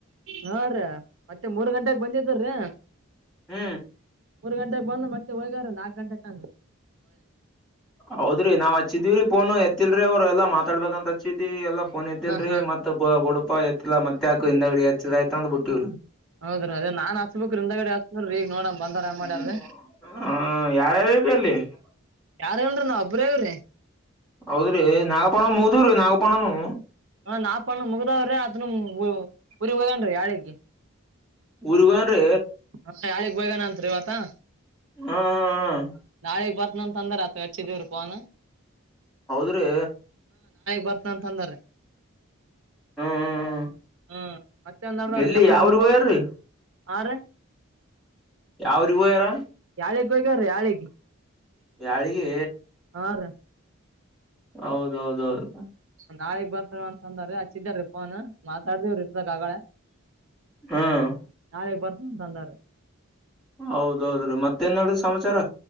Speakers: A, on the right (about 65°); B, in the centre.
A: ಹಾ ರೀ ಮತ್ತೆ ಮೂರ್ ಗಂಟೆಗೆ ಬಂದಿದ್ದರ್ರಿ
B: ಹ್ಮ
A: ಮೂರ್ ಗಂಟೆಗ್ ಬಂದ್ ಮತ್ತೆ ಹೋಗ್ಯಾರ ನಾಕ್ ಗಂಟೆಗ್ ಅಂಗ
B: ಹೌದ್ರಿ ನಾವ್ ಹಚ್ಚಿದ್ವಿರೀ ಫೋನ್ ಎತ್ತಿಲ್ರಿ ಅವ್ರು ಎಲ್ಲಾ ಮಾತಾಡ್ಬೇಕಂತ್ ಹಚ್ಚಿದ್ವಿ ಫೋನ್ ಎಂತಲ್ರಿ
A: ಹಾ ಹಾ
B: ಮತ್ ಬಡಪಾ ಎತ್ತಿಲ್ಲ ಮತ್ತೆಾಕ ಹಿಂದಗಡಿ ಎಚ್ಚಿದ ಆಯ್ತಂದ್ ಬಿಟ್ಟವ್ರಿ.
A: ಹೌದ್ರಿ ಅದೇ ನಾನ್ ಹಚ್ಬೇಕ್ರಿ ಹಿಂದಗಡೆ ಹಚ್ಚಿನ್ರಿ ಈಗ ನೋಡಮ್ ಬಂದಾರ ಏನ್
B: ಹ್ಮ
A: ಮಾಡ್ಯಾರ್ರಿ
B: ಹ್ಮ ಯಾರ್ <unintelligible>
A: ಯಾರ ಇಲ್ಲ ರಿ ನಾವ ಒಬ್ರ ಇವ್ರಿ.
B: ಹೌದ್ರಿ ನಾಗಪಣ ಮುಗದುರಿ ನಾಗಪಣನು.
A: ಹ ನಾಪಣ್ಣ ಮುಗ್ದಾವ್ರೆ ಅತನು ಉರಿ ಹದನ್ ಯಾಳಗೆ.
B: ಊರಿಗ್ ಹೋಗನ್ರೀ
A: ಹಾ ಯಾರಿಗೆ ಅಂಜಗಿಲ್ಲ ಅಂತ್ರಿ ಆತಾ.
B: ಹ್ಮ ಹ್ಮ ಹ್ಮ್
A: ನಾಳೆ ಬರ್ತನ ಅಂತ ಅಂದ ರಾತ್ರಿ ಹಚ್ಚಿದ್ರಿ ಫೋನು.
B: ಹೌದ್ರೀ
A: ಬರ್ತ್ನ್ ಅಂತ್ ಅಂದಾರ್ರಿ
B: ಹ್ಮ್ ಹ್ಮ್
A: ಹ್ಮ್ ಮತ್ತ ಏನ್ ನಡದಾವ್ರಿ
B: ಎಲ್ಲಿ
A: ಕೆಲ್ಸ
B: ಯಾವ್ರಗ
A: ನಿಮ್ಮು
B: ಹೋಯಾರ್ರಿ
A: ಹಾರಿ.
B: ಯಾವ್ ಊರಿಗ್ ಹೋಗ್ಯಾರ
A: ಆಳಿಗೆ ಹೋಗ್ಯಾರ್ರಿ ಆಳಿಗ್ಗೆ.
B: ಯಾಳ್ಗೀ
A: ರ
B: ಹೌದೌದೌದು
A: ನಾಳಗ್ ಬರ್ತವ ಅಂತ ಅಂದ್ರ ಹಚ್ಚಿದ್ದಾರೀ ಫೋನು ಸರ್ದವರು ಇರ್ತಕ್ ಆಗಲ್ಲ
B: ಹ್ಮ್
A: ನಾಳಗ್ ಬರ್ತಂತಂದ್ರ.
B: ಹೌದೌದ್ರೀ ಮತ್ತೇನ್ರಿ ಸಮಾಚಾರ